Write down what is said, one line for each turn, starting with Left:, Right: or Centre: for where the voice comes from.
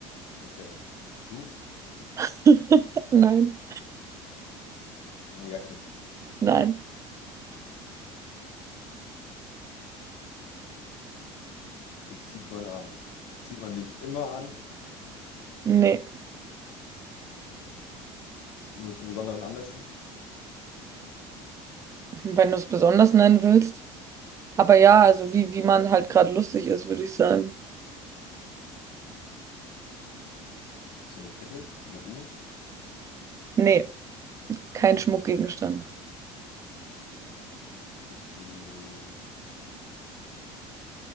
Left: Okay. Bist du ein Schuh?
Right: <laughs> Nein,
Left: Eine Jacke.
Right: nein,
Left: Dich zieht man an. Zieht man dich immer an,
Right: nee.
Left: nur zu besonderen Anlässen?
Right: Wenn du es besonders nennen willst. Aber ja, also wie, wie man halt gerade lustig ist, würde ich sagen.
Left: Bist du eine Kette? Eine Uhr?
Right: Nee, kein Schmuckgegenstand.
Left: Bist du.